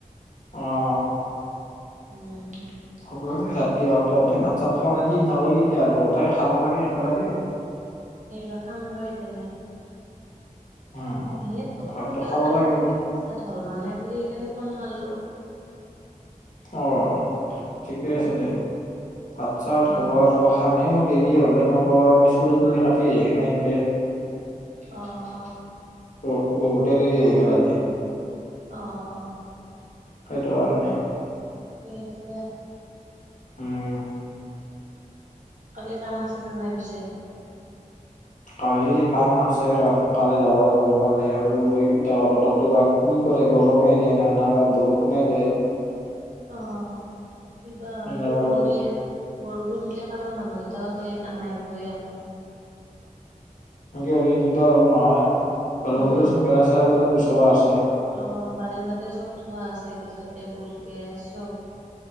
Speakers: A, on the left; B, on the right.
A: আহ
B: উম
A: হ'ব ৰাতি হ'ল তহঁতে ভাত চাত খোৱা নাই যে কিয় দুহতাই খাবা লাগে একেলগে
B: ৰ খাম ৰ এই তেনে
A: উম,
B: সেই তোক
A: ভাতটো
B: বোলো তই
A: খাব
B: খালি
A: লাগে
B: মানে তাত হল ন নাই বুলি সেইকাৰণে ফন মাৰলো
A: অ ঠিকে
B: উম
A: আছে দে ভাত চাত হব
B: অ
A: ৰ খাম এই মোৰ দেৰি হলে মই ক মই চুলি তুলি কাটি আহি কে নাই এনকে
B: অঁ অঁ।
A: বু-বুহুতেই দেৰিহৈ গল আজি।
B: অঁ।
A: সেইটো আৰু নে।
B: এ আছে দে।
A: উম।
B: কালি কাম আছে নে নাই পিছে?
A: কালি কাম আছে ৰহ। কালি যাব লাগ ব, কালি আৰু ই এতা বতৰটো বা কি? কৰে গৰমে দেনা, না বা বৰষুণে দে।
B: অ কিবা
A: যাব
B: বৰষুণ
A: লাগিব।
B: দিলে বৰষুণ দিলে কামৰ মানুহ- গতও কালি নাই ভৰে আকৌ।
A: এনকে হ'লে দিগদাৰ হ'ব নহয়। ঘৰৰ
B: উম
A: ব চোন বেৰা চেৰাবটা গুচোৱা আছে।
B: অ বাৰানণ্ডাতে চব ধোৱা আছে গেছত টেবুল, গেছ চব।